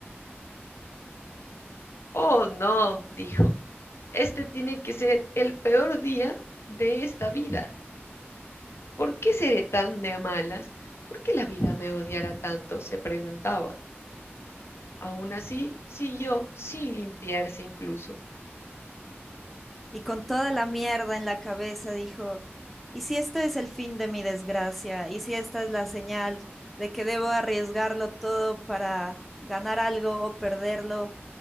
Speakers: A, on the left; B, in the centre.
A: Oh, no, dijo, este tiene que ser el peor día de esta vida. ¿Por qué seré tan de malas? ¿Por qué la vida me odiará tanto? se preguntaba. Aún así, siguió sin limpiarse incluso.
B: Y con toda la mierda en la cabeza dijo, ¿y si este es el fin de mi desgracia? ¿Y si esta es la señal de que debo arriesgarlo todo para ganar algo o perderlo